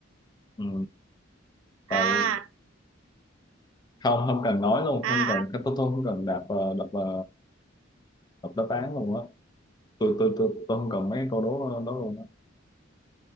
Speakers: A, on the left; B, on the right.
A: ừ. Tao-
B: À,
A: không không cần nói luôn
B: à,
A: không cần
B: à.
A: tôi tôi không cần đạp ờ, đập ờ, đập đáp án luôn á tôi tôi tôi tôi không cần mấy cái câu đố ờ, đó luôn á